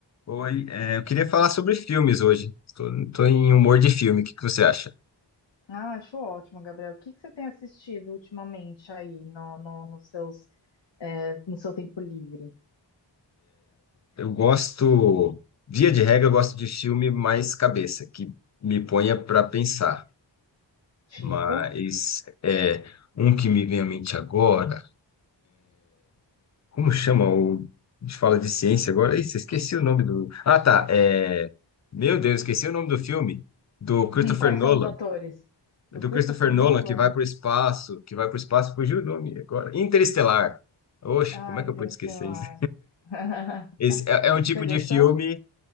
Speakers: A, on the left; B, on the left.
A: Oi, é, eu queria falar sobre filmes hoje. Tô, tô em humor de filme. O que que você acha?
B: Ah, acho ótimo, Gabriel. O que que você tem assistido ultimamente aí no, no, nos seus, é, no seu tempo livre?
A: Eu gosto, via de regra, eu gosto de filme mais cabeça, que me ponha para pensar.
B: Tipo,
A: Mas é um que me vem à mente agora. Como chama o? A gente fala de ciência agora. Ih, esqueci o nome do. Ah, tá. É... Meu Deus, esqueci o nome do filme do Christopher
B: <laughs> quais
A: Nolan.
B: são os atores? Do
A: Do
B: Christopher
A: Christopher
B: Nolan?
A: Nolan que vai para o espaço, que vai para o espaço. Fugiu o nome agora. Interestelar. Oxe,
B: Ah,
A: como é
B: Interestelar.
A: que eu pude esquecer isso?
B: <laughs>
A: Esse é, é um tipo
B: Você gostou?
A: de filme,